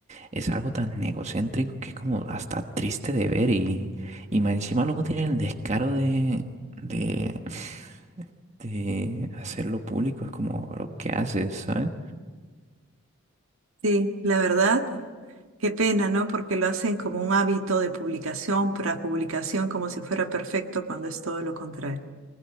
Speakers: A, on the right; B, on the right.
A: es algo tan egocéntrico que es como hasta triste de ver y, y más encima luego tienen el descaro de, de, <laughs> de hacerlo público, es como lo que haces, ¿sabes?
B: Sí, la verdad, Qué pena, ¿no? Porque lo hacen como un hábito de publicación tras publicación, como si fuera perfecto cuando es todo lo contrario.